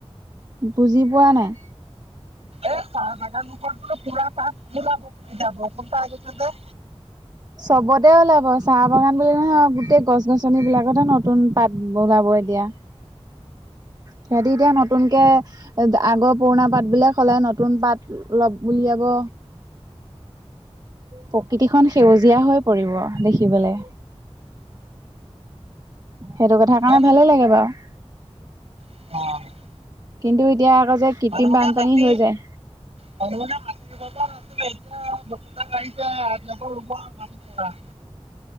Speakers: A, on the right (about 35°); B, on the right (about 65°).
A: বুজি পোৱা নাই।
B: এই চাহ বাগান লোকৰো পুৰা পাত ওলাব বুলি যাব খো গৈছে যে।
A: চবতে ওলাব চাহ বাগান বুলি নহয় গোটেই গছ গছন বিলাকতে নতুন পাত। বগাব এতিয়া। সিহঁতি এতিয়া নতুনকৈ আগৰ পুৰণা পাতবিলাক সলাই নতুন পাত। অলপ উলিয়াব। প্ৰকৃতিখন সেউজীয়া হৈ পৰিব দেখিবলৈ। সেইটো কথা কাৰণে
B: হেত
A: ভালে লাগে বাৰু।
B: অ
A: কিন্তু এতিয়া আৰু যে কৃত্ৰিম
B: ভালহকা
A: বানপানী
B: <unintelligible> মাটি
A: হৈ যায়
B: বানে <unintelligible> মাটি ৰু নাছিলে এতিয়া লুত <unintelligible> আহ়িছে নতুন ৰুব মাটি পৰা